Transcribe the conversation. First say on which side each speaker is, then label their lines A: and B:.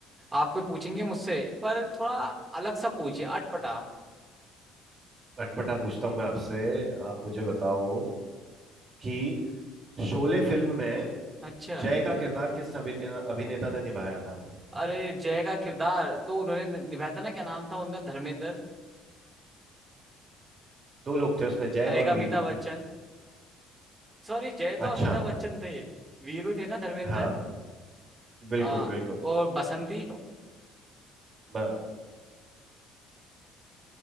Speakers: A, on the right (about 20°); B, on the right (about 35°).
A: आप कोई पूछेंगे मुझसे पर थोड़ा अलग सा पूछिए अटपटा
B: अटपटा पूछता हूँ मैं आपसे आप मुझे बताओ कि शोले फिल्म में
A: अच्छा
B: जय का किरदार किस अभिनेता अभिनेता ने निभाया था
A: अरे जय का किरदार तो उन्होंने नि- निभाया था ना क्या नाम था उनका धर्मेंद्र
B: दो लोग थे उसमें जय
A: एक
B: और
A: अमिताभ
B: वीरू
A: बच्चन सॉरी जय तो
B: अच्छा
A: अमिताभ बच्चन थे वीरू थे ना धर्मेंद्र
B: हाँ बिल्कुल
A: हाँ
B: बिल्कुल
A: और बसंती
B: ब,